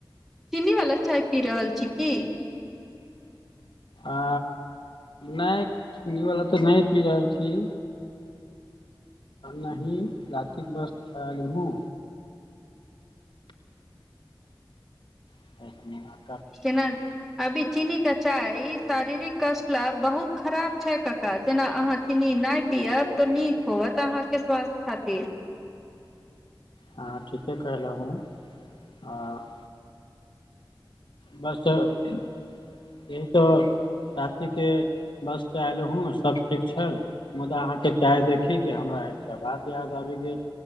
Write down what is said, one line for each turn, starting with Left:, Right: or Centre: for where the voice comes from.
Centre: चीनी बला चाय पी रहल छी की?
Left: आ नहि चीनी बला तऽ नहि पी रहल छी। नही रातिक बस आयलहूँ। <unintelligible>
Centre: केना अभी चीनीके चाय ई शारीरिक कस्ट लऽ बहुत खराब छै कका जेना अहाँ चीनी नहि पियब तऽ नीक होवत अहाँके स्वास्थ खातिर।
Left: हँ ठीके कहलहुँ। हँ बस एहि तऽ रातिके बस से आयलहूँ, सब ठीक छल मुदा अहाँके चाय देखी केऽ हमरा एकटा बात याद आबि गेल।